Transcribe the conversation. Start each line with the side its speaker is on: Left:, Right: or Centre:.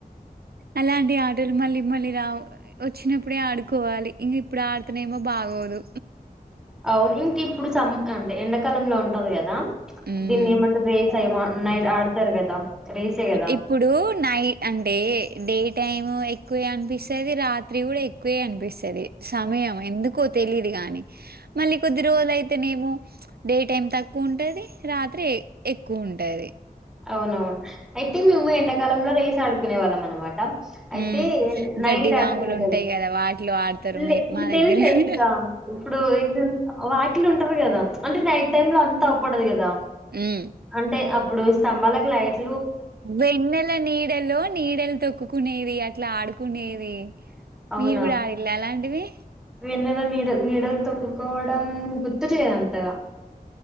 Right: అలాంటి ఆటలు మళ్ళీ మళ్ళీ రావు వచ్చినప్పుడే ఆడుకోవాలి ఇంక ఇప్పుడు ఆడుతునే ఏమో బాగోదు
Centre: అ ఇంక ఇప్పుడు అంటే ఎండాకాలంలో ఉంటంది కదా
Right: హ్మ్.
Centre: దీన్ని ఏమంటే రేస్ అయ నైట్ ఆడతారు కదా రేసే కదా
Right: ఇప్పుడు నైట్ అంటే డే టైం ఎక్కువే అనిపిస్తుది రాత్రి కూడా ఎక్కువే అనిపిస్తుది సమయం ఎందుకో తెలిదు గాని మళ్లి కొద్దిరోజులు అయితే నేమో డే టైమ్ తక్కువ ఉంటది రాత్రి ఎక్కువ ఉంటది
Centre: అవునవును అయితే మేము ఎండాకాలంలో రేసి ఆడుకునే వాళ్ళం అనమాట అయితే
Right: హ్మ్.
Centre: నైట్
Right: గడ్డి వాములుంటాయి
Centre: ఆడుకునేటళ్ళు
Right: గదా! వాటిలో ఆడతారు మీ
Centre: ఇక
Right: మా దగ్గర
Centre: తెలుసా
Right: గూడా.
Centre: ఇంకా ఇప్పుడు ఇది వా ఉంటారు కదా అంటే నైట్ టైంలో అంత అవపడదు కదా
Right: హ్మ్.
Centre: అంటే అప్పుడు స్తంభాలకు లైట్
Right: వెన్నెల నీడలో నీడలు తొక్కుకునేది అట్లా ఆడుకునేది
Centre: అవునా
Right: మీరు కూడా ఆడిండ్ర అలాంటివి
Centre: వెన్నెల నీడ నీడలు తొక్కుకోవడం గుర్తులేదు అంతగా